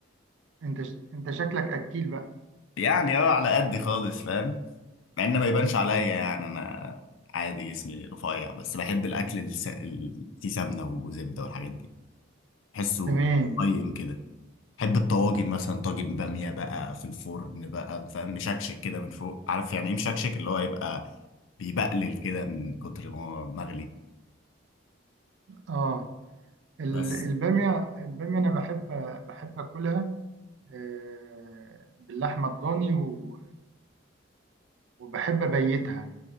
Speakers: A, on the right (about 75°); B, on the left (about 85°).
A: انت ش... انت شكلك اكيل بقى
B: <laughs> يعني اه على قد خالص فاهم مع ان ما يبانش
A: مم.
B: عليا يعني انا عادي جسمي رفيع بس بحب الاكل الس... اللي فيه سمنه وزبده والحاجات دي بحسه
A: تمام
B: قيم كده بحب الطواجن مثلا طاجن باميه بقى في الفرن بقى فاهم مشكشك كده من فوق عارف يعني ايه مشكشك اللي هو يبقى بيبقلل كده من كتر ما هو مغلي
A: اه ال-
B: بس
A: الباميه الباميه انا بحب بحب اكلها آه، باللحمه الضاني و... وبحب ابيتها